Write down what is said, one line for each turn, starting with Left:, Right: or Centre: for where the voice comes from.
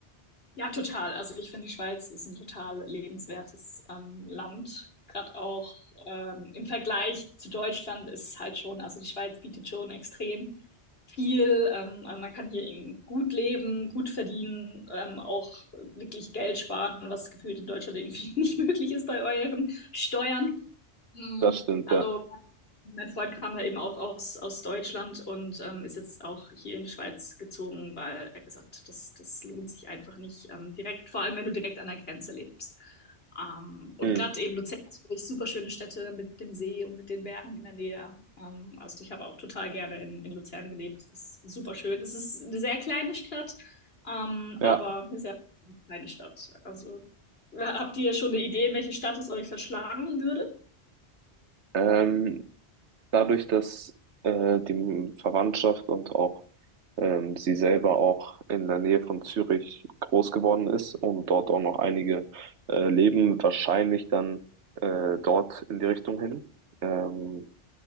Left: Ja, total. Also ich finde, die Schweiz ist ein total lebenswertes ähm, Land. Gerade auch ähm, im Vergleich zu Deutschland ist es halt schon, also die Schweiz bietet schon extrem viel. Ähm, also man kann hier eben gut leben, gut verdienen, ähm, auch wirklich Geld sparen, was gefühlt in Deutschland irgendwie <laughs> nicht möglich ist bei euren Steuern. Mhm.
Right: Das stimmt,
Left: Also
Right: ja.
Left: mein Freund kam ja eben auch aus, aus Deutschland und ähm, ist jetzt auch hier in die Schweiz gezogen, weil er gesagt hat, das, das lohnt sich einfach nicht ähm, direkt, vor allem wenn du direkt an der Grenze lebst. Ähm, und
Right: Hm.
Left: gerade eben Luzern ist wirklich super schöne Städte mit dem See und mit den Bergen in der Nähe. Ähm, also ich habe auch total gerne in, in Luzern gelebt. Es ist super schön. Es ist eine sehr kleine Stadt, ähm,
Right: Ja.
Left: aber eine sehr kleine Stadt. Also habt ihr schon eine Idee, in welche Stadt es euch verschlagen würde?
Right: Ähm, dadurch, dass äh, die Verwandtschaft und auch ähm, sie selber auch in der Nähe von Zürich groß geworden ist und dort auch noch einige äh, leben, wahrscheinlich dann äh, dort in die Richtung hin. Ähm,